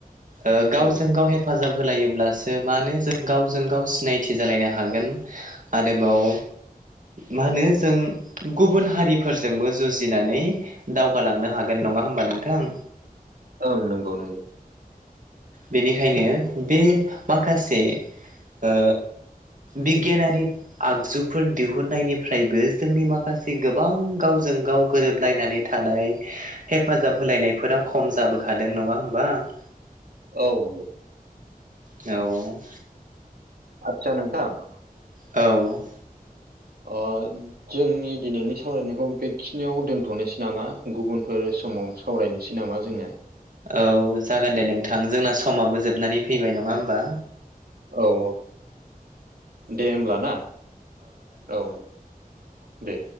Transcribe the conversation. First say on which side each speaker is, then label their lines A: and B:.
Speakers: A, on the right; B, on the right.
A: ओ गावजों
B: औ
A: गाव हेफाजाब होलायोब्लासो मानो जों गावजों गाव सिनायथि जालायनो हागोन। आरोबाव मा होनो जों गुबुन हारिफोरजोंबो जुजिनानै दावगालांनो हागोन। गोन नङा होमबा नोंथां।
B: ओं नंगौ नंगौ
A: बेनिखायनो बे माखासे ओ बिगियानारि आगजुफोर दिहुननायनिफ्रायबो जोंनि माखासे गोबां गाव गावजों गाव गोरोबलायनानै थानाय हेफाजाब होलायनायफोरा खम जाबोखादों नङा होमबा। <inaudible>
B: औ नंगौ।
A: औ।
B: आतसा नोंथां
A: औ।
B: ओ जोंनि दिनैनि सावरायनायखौ बेखिनियाव दोनथ'नोसै नामा गुबुनफोर समाव सावरायनोसै नामा जोङो।
A: औ जागोन दे नोंथां जोंना समाबो जोबनानै फैबाय नङा होमबा।
B: औ औ दे होब्ला ना औ दे। दे।